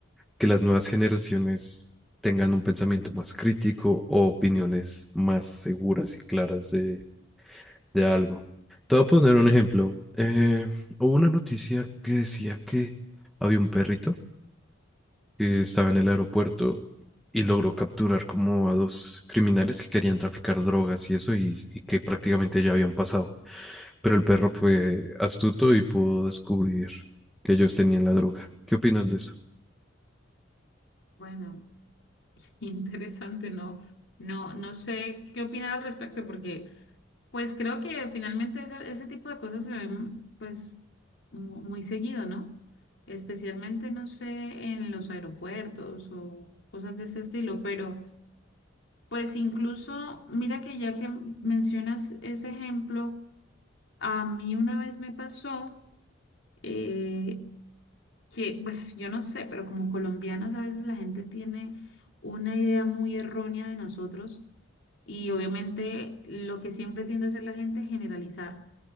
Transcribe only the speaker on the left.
Bueno, interesante, no, no, no sé qué opinar al respecto, porque pues creo que finalmente ese, ese tipo de cosas se ven pues mu- muy seguido, ¿no? Especialmente, no sé, en los aeropuertos o cosas de ese estilo, pero Pues incluso, mira que ya que mencionas ese ejemplo, a mí una vez me pasó eh, que, bueno, <laughs> yo no sé, pero como colombianos a veces la gente tiene una idea muy errónea de nosotros y obviamente lo que siempre tiende a hacer la gente es generalizar.